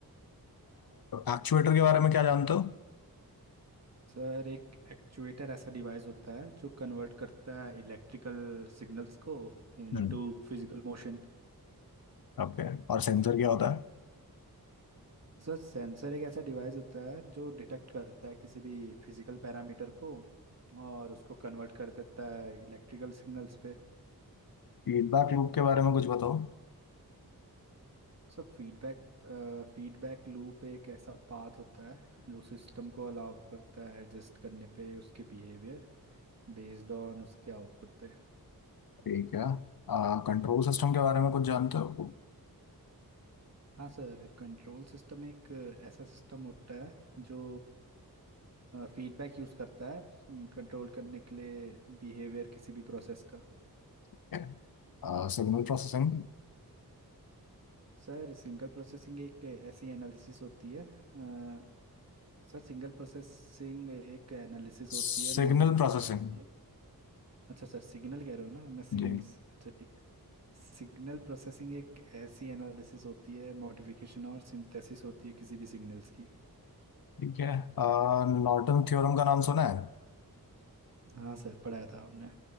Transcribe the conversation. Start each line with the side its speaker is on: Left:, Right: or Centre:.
Left: एक्चुएटर के बारे में क्या जानते हो
Right: सर एक एक्चुएटर ऐसा डिवाइस होता है जो कन्वर्ट करता है इलेक्ट्रिकल सिग्नल्स को into
Left: हम्म
Right: physical motion
Left: ओके और सेंसर क्या होता है
Right: Sir sensor एक ऐसा डिवाइस होता है जो डिटेक्ट करता है किसी भी फिजिकल पैरामीटर को और उसको कन्वर्ट कर देता है इलेक्ट्रिकल सिग्नल्स पे
Left: फीडबैक लूप के बारे में कुछ बताओ
Right: सर फीडबैक फीडबैक लूप एक ऐसा पाथ होता है जो सिस्टम को अलाउ करता है एडजस्ट करने पे उसके बिहेवियर बेस्ड ऑन उसके आउटपुट पे
Left: ठीक है कंट्रोल सिस्टम के बारे में कुछ जानते हो
Right: हाँ सर कंट्रोल सिस्टम एक अ, ऐसा सिस्टम होता है जो फीडबैक यूज़ करता है कंट्रोल करने के लिए बिहेवियर किसी भी प्रोसेस का
Left: Okay. Signal processing
Right: सर सिंगल प्रोसेसिंग एक ऐसी एनालिसिस होती है अ, सर सिंगल प्रोसेसिंग एक एनालिसिस होती
Left: Signal
Right: है मॉडिफिकेशन
Left: processing
Right: होती है अच्छा सर सिग्नल कह रहे हो ना मैं सिग्नल
Left: जी
Right: अच्छा ठीक है सिग्नल प्रोसेसिंग एक ऐसी एनालिसिस होती है मॉडिफिकेशन और सिंथेसिस होती है किसी भी सिग्नल्स की
Left: ठीक है नॉर्टन थ्योरम का नाम सुना है
Right: हाँ सर पढ़ाया था आपने